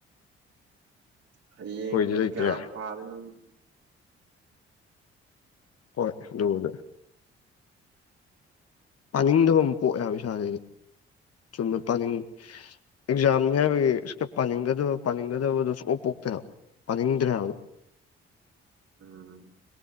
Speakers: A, on the right (about 50°); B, on the left (about 50°).
A: ꯍꯌꯦꯡꯅꯕꯨ
B: ꯑꯩꯈꯣꯏꯗꯤ ꯂꯩꯇ꯭ꯔꯦ
A: ꯀꯌꯥꯝ ꯄꯥꯗꯣꯏꯅꯣꯗ꯫
B: ꯍꯣꯏ ꯑꯗꯨꯕꯨꯗꯤ꯫ ꯄꯥꯅꯤꯡꯗꯕ ꯑꯃ ꯄꯣꯛꯑꯦ ꯍꯥꯏꯕ ꯏꯁꯥꯖꯦꯑꯩ ꯆꯨꯝꯅ ꯄꯥꯅꯤꯡ ꯑꯦꯛꯖꯥꯝꯅꯤ ꯍꯥꯏꯕꯒꯤ ꯈꯔ ꯥꯅꯤꯡꯒꯗꯕ ꯄꯥꯅꯤꯡꯒꯗꯕꯗꯨ ꯁꯨꯛꯄꯣꯛ ꯄꯣꯛ ꯇ꯭ꯔꯦ ꯄꯥꯅꯤꯡꯗ꯭ꯔꯦꯕ꯫
A: ꯎꯝ